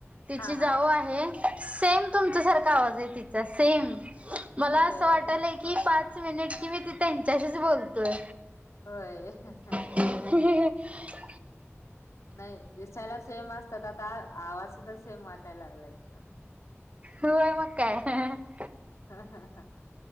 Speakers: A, on the right; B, on the left.
A: तिची
B: हा
A: जाऊ
B: हा हा
A: आहे. सेम तुमच्या सारखा आवाज आहे तिचा सेम मला
B: होय
A: असं वाटायचं की की पाच मिनिट कि मी ती त्यांच्याशीच बोलतोय.
B: होय हं हं
A: ह् <unintelligible>
B: नाही दिसायला सेम असतात आता आवाज सुद्धा सेम वाटायला लागलेत.
A: होय मग काय? <unintelligible>
B: ह ह ह